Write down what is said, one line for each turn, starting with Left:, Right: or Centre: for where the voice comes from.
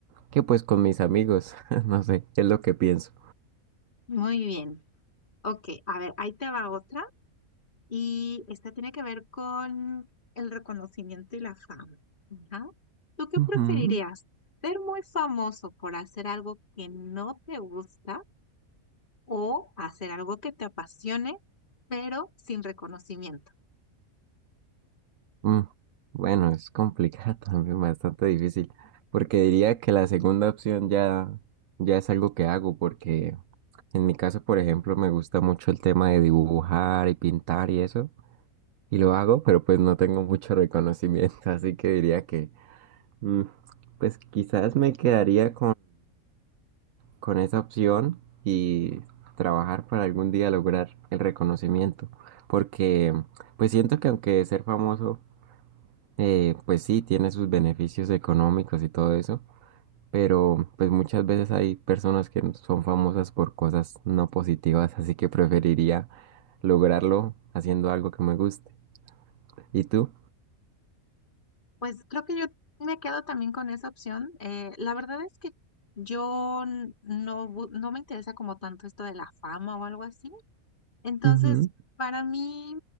Right: que pues con mis amigos. <laughs> No sé, es lo que pienso.
Left: Muy bien. Ok, a ver, ahí te va otra. Y esta tiene que ver con el reconocimiento y la fama. Ajá. ¿Tú qué
Right: Ujú.
Left: preferirías? ¿Ser muy famoso por hacer algo que no te gusta o hacer algo que te apasione, pero sin reconocimiento?
Right: Mm, Bueno, es complicado <laughs> también, bastante difícil, porque diría que la segunda opción ya, ya es algo que hago, porque en mi caso, por ejemplo, me gusta mucho el tema de dibujar y pintar y eso, y lo hago, pero pues no tengo mucho reconocimiento, <laughs> así que diría que, mm, pues quizás me quedaría con esa opción y trabajar para algún día lograr el reconocimiento. Porque pues siento que aunque ser famoso, eh, pues sí, tiene sus beneficios económicos y todo eso, pero pues muchas veces hay personas que son famosas por cosas no positivas, así que preferiría lograrlo haciendo algo que me guste. ¿Y tú?
Left: Pues creo que yo me quedo también con esa opción. Eh, la verdad es que yo n- no, bu- no me interesa como tanto esto de la fama o algo así. Entonces,
Right: Ujú,
Left: para mí,